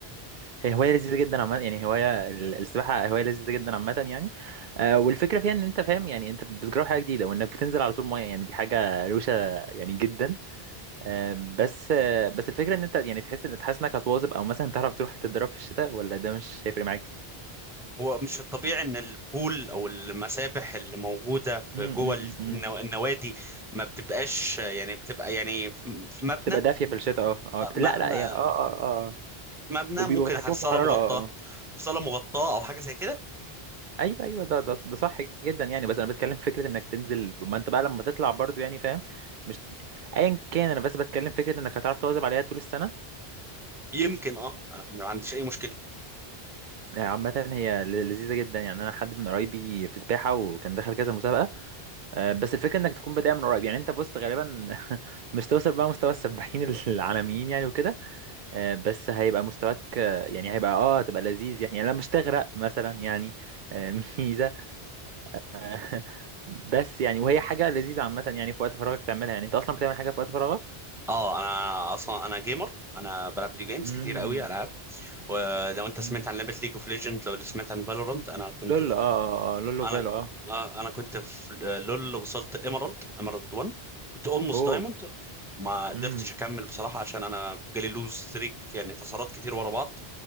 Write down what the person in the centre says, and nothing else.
هو مش الطبيعي ان البول او المسابح اللي موجوده في
جوه
النو-
النوادي ما بتبقاش يعني بتبقى يعني في في مبنى
ما
ما
في مبنى
ممكن
على الصاله
مغطاه
في صاله مغطاه او حاجه زي كده
يمكن اه انا ما عنديش اي مشكله
اه انا اصلا انا جيمر انا بلعب فيديو جيمز
كتير قوي العاب ولو انت سمعت
عن لعبه ليج اوف ليجند لو سمعت عن فالورانت انا كنت
انا
آه، انا كنت في لول وصلت ايمرالد ايمرالد 1 كنت اولموست
دايموند ما قدرتش
اكمل بصراحه عشان انا جالي لوز ستريك يعني خسارات كتير ورا بعض